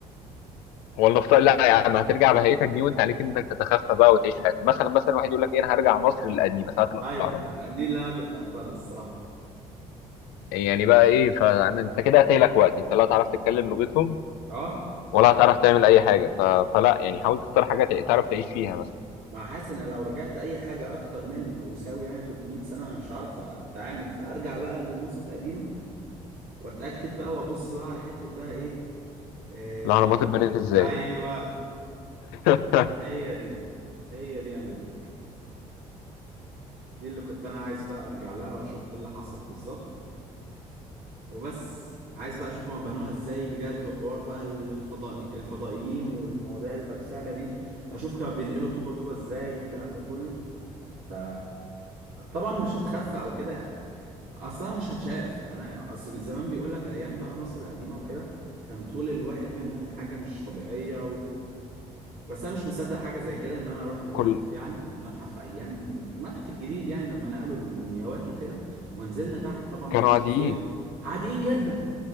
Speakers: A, on the left (about 80°); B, on the right (about 75°).
A: ولا فط... لا يا عم هترجع بهيئتك دي وانت عليك انك تتخفى بقى وتعيش حياتك مثلا مثلا واحد يقول لك ايه انا هرجع مصر القديمه ساعه
B: أيوه
A: الاهرامات
B: آه، دي اللي أنا كنت هختارها الصراحة
A: يعني بقى ايه فانت كده هتهلك وقت انت لا هتعرف تتكلم لغتهم
B: أه
A: ولا هتعرف تعمل اي حاجه ف... فلا يعني حاول تختار حاجه تع- تعرف تعيش فيها مثلا
B: ما حاسس إن لو رجعت أي حاجة أكتر من أو يساوي يعني 300 سنة أنا مش هعرف أتعامل فأرجع بقى لمصر القديمة واتاكد بقى وابص بقى على حته بقى ايه إيه
A: الاهرامات اتبنت ازاي
B: ايوه
A: <laughs>
B: هي دي هي دي املي دي اللي كنت انا عايز بقى ارجع لها واشوف ايه اللي حصل بالظبط وبس عايز بقى اشوف هما بنوها ازاي بجد وحوار بقى الفضائي الفضائيين والمواضيع الفكسانه دي اشوف كانوا بينقلوا طوبه طوبه ازاي الكلام ده كله ف طبعا مش هتخفى او كده يعني اصلا مش هتشاف انا اصل زمان بيقول لك ايام بقى مصر القديمه وكده كان طول الواحد منهم حاجه مش طبيعيه بس انا مش مصدق حاجه زي كده ان انا رحت المتحف
A: كل
B: يعني المتحف ايام المتحف الجديد يعني لما نقلوا المومياوات وكده ونزلنا تحت طبعا مفيش
A: كانوا عاديين
B: تصوير عاديين جدا